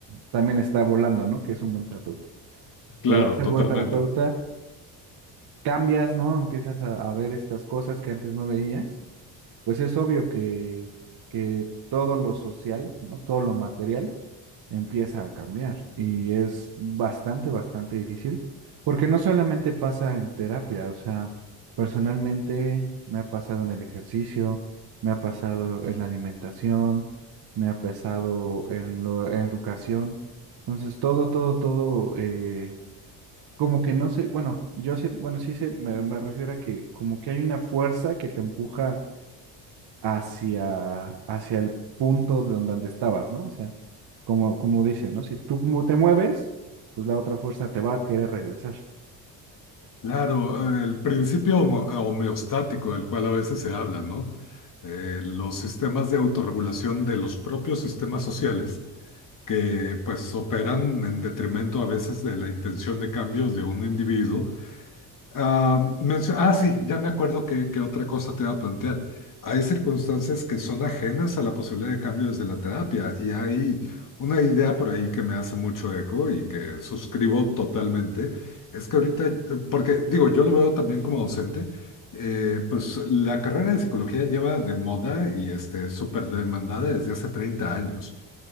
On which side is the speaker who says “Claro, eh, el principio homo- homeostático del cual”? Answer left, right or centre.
Left